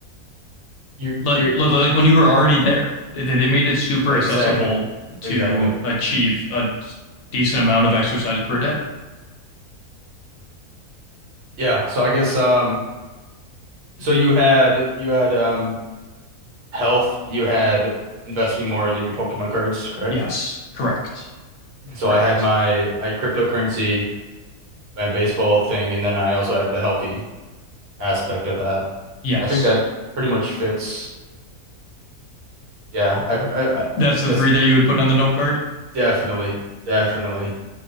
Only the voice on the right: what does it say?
you're
you're
exactly,
exactly.
Yeah. So I guess um so you had you had um health, you had investing more than your Pokemon cards, correct?
So
I had my I had cryptocurrency and baseball thing, and then I also had the healthy aspect of that.
I think that pretty much fits. Yeah, I, I, I
that's
definitely definitely.